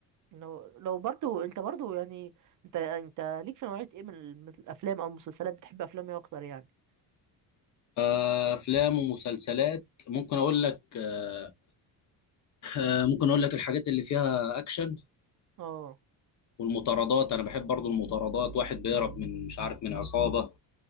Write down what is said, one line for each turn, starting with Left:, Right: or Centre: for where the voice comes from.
Right: لو لو برضو انت برضو يعني انت انت ليك في نوعية ايه من الم- الافلام او المسلسلات بتحب افلام ايه اكتر يعني
Left: آه، افلام ومسلسلات ممكن اقول لك آه، آه، ممكن اقول لك الحاجات اللي فيها اكشن
Right: اه
Left: والمطاردات انا بحب برضو المطاردات واحد بيهرب من مش عارف من عصابه